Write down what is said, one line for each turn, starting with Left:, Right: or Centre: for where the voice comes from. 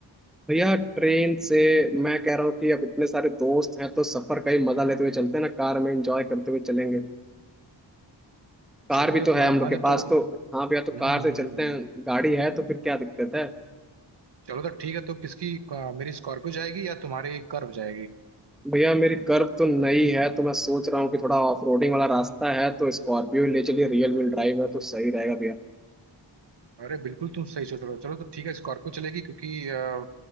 Centre: भैया ट्रेन से मैं कह रहा हूँ कि अब इतने सारे दोस्त हैं तो सफ़र का ही मज़ा लेते हुए चलते हैं ना कार में एंजॉय करते हुए चलेंगे कार
Right: चलो
Centre: भी
Right: जब
Centre: तो
Right: तुम्हारा
Centre: है हम
Right: मन
Centre: लोग के
Right: है तो
Centre: पास
Right: हम्म
Centre: तो हाँ भैया तो कार
Right: हम्म,
Centre: से
Right: हम्म।
Centre: चलते हैं गाड़ी है तो फिर क्या दिक्कत है
Right: चलो तो ठीक है तो किसकी अ, मेरी स्कॉर्पियो जाएगी या तुम्हारी कर्व जाएगी
Centre: भैया मेरी कर्व तो नई है तो मैं सोच रहा हूँ कि थोड़ा ऑफ रोडिंग वाला रास्ता है तो स्कॉर्पियो ले चलिए रियल व्हील ड्राइव है तो सही रहेगा भैया
Right: अरे बिल्कुल तुम सही सोच रहे हो चलो तो ठीक है स्कॉर्पियो चलेगी क्योंकि अ,